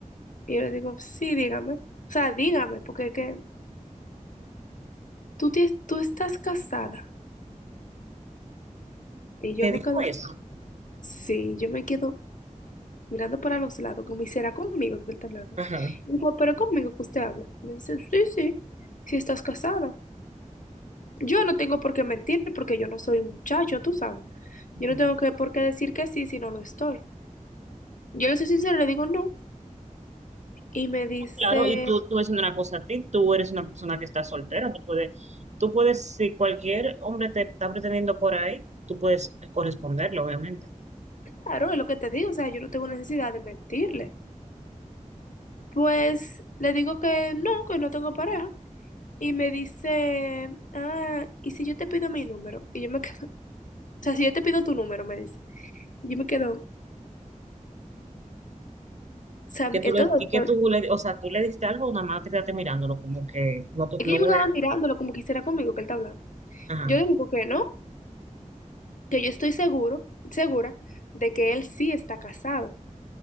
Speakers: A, on the left; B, on the right.
A: Y yo le digo, sí, dígame. O sea, dígame, porque es que tú, tienes- tú estás casada. Y yo
B: ¿Qué
A: me
B: dijo
A: quedo
B: eso?
A: Sí, yo me quedo mirando para los lados, como hiciera conmigo que él está hablando.
B: Ajá.
A: Y digo, pero conmigo que usted habla. Me dice, sí, sí, si estás casada. Yo no tengo por qué mentir porque yo no soy un muchacho, tú sabes.
B: Ujú.
A: Yo no tengo que, por qué decir que sí si no lo estoy. Yo le soy sincera, le digo no. Y me dice,
B: Claro, y tú, tú es una cosa a ti, tú eres una persona que está soltera, tú puedes, tú puedes, si cualquier hombre te está pretendiendo por ahí, tú puedes corresponderlo, obviamente.
A: claro, es lo que te digo, o sea, yo no tengo necesidad de mentirle. Pues le digo que no, que no tengo pareja. Y me dice, ah, ¿y si yo te pido mi número? Y yo me quedo, <laughs> o sea, si yo te pido tu número, me dice. Yo me quedo, o sea,
B: Y que tú
A: en
B: le,
A: todo esto-
B: y que tú le, o sea, tú le diste algo, nada más te quedaste mirándolo, como que no, tú-
A: es
B: no
A: que yo
B: voy
A: me quedaba
B: a,
A: mirándolo como quisiera conmigo que él está hablando.
B: ajá,
A: Yo le digo que no, que yo estoy seguro, segura de que él sí está casado.